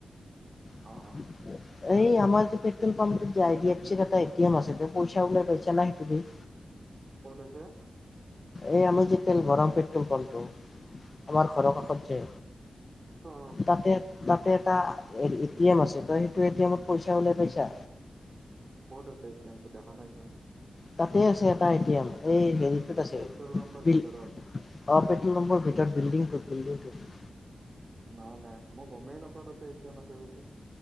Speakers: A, on the left (about 30°); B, on the right (about 35°).
A: <unintelligible>
B: অ অ
A: এই আমাৰ যে পেট্ৰল পাম্পটোত যেই ডি এফ চিৰ এটা এ টি এম আছে ত পইচা ওলাই পাইছা না সেইটো দি।
B: ক'ত আছে?
A: এই আমি যে তেল ভৰাও পেট্ৰল পামটো। আমাৰ ঘৰৰ কাষত যে।
B: অৱ।
A: তাতে তাতে এটা এ টি এম আছে তই সেইটো এ টি এমত পইচা ওলাই পাইছা?
B: ক'ত আছে এতিনো দেখা নাইচোন।
A: তাতে আছে এটা এ টি এম এই হেৰিটোত আছে,
B: পেট্ৰল পাম্পৰ
A: বিল
B: ভিতৰত
A: অ পেট্ৰল পাম্পৰ ভেতিৰত বিল্ডিটোত বিল্ডিটোত।
B: নাই নাই মই গমেই নাপাওতো এ টি এম আছে বুলি।